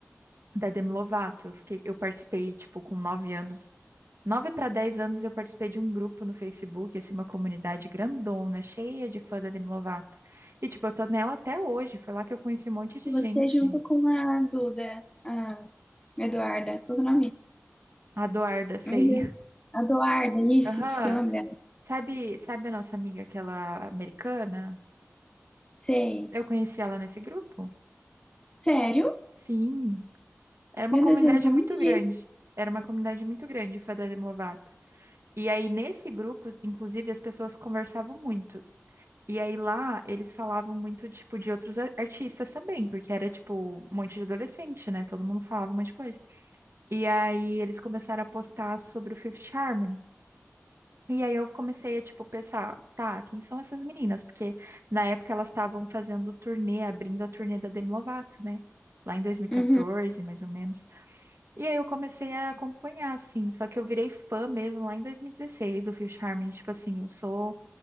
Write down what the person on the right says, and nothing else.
da Demi Lovato. Eu fiquei, eu participei, tipo, com nove anos. Nove para dez anos eu participei de um grupo no Facebook, assim, uma comunidade grandona, cheia de fã da Demi Lovato. E, tipo, eu tô nela até hoje. Foi lá que eu conheci um monte de
gente.
A Eduarda, sei.
<laughs>
Aham.
Sabe, sabe a nossa amiga, aquela americana?
Eu conheci ela nesse grupo?
Sim. Era uma
comunidade
muito
grande. Era uma comunidade muito grande, foi da Demi Lovato. E aí, nesse grupo, inclusive, as pessoas conversavam muito. E aí lá, eles falavam muito, tipo, de outros ar- artistas também, porque era, tipo, um monte de adolescente, né? Todo mundo falava um monte de coisa. E aí, eles começaram a postar sobre o Fifth Harmony. E aí eu comecei a, tipo, pensar, tá, quem são essas meninas? Porque na época elas estavam fazendo turnê, abrindo a turnê da Demi Lovato, né? Lá em 2014,
mais ou menos. E aí eu comecei a acompanhar, assim. Só que eu virei fã mesmo lá em 2016 do Fifth Harmony. Tipo assim, eu sou...